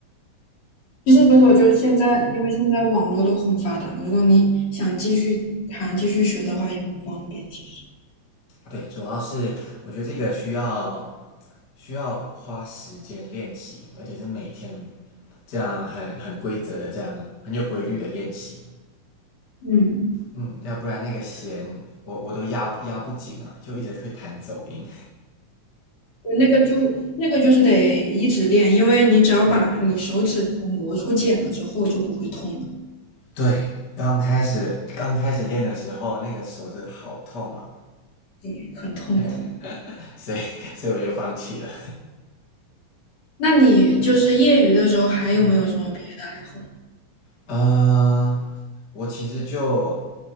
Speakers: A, on the left (about 55°); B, on the left (about 35°).
A: 其实如果就是现在，因为现在网络都很发达嘛，如果你想继续弹、继续学的话，也很方便。其实，
B: 对，主要是我觉得这个需要需要花时间练习，而且是每天这样很很规则的这样很有规律的练习。
A: 嗯，
B: 嗯，要不然那个弦我我都压压不紧啊，就一直会弹走音。
A: 对那个就那个就是得一直练，因为你只要把你手指头磨出茧了之后，
B: 对
A: 就不会痛了，
B: 对，刚开始刚开始练的时候，那个手指好痛啊，
A: 对，很痛苦。
B: 对，所以所以我就放弃了。
A: 那你就是业余的时候还有没有什么别的爱好？
B: 嗯，呃，我其实就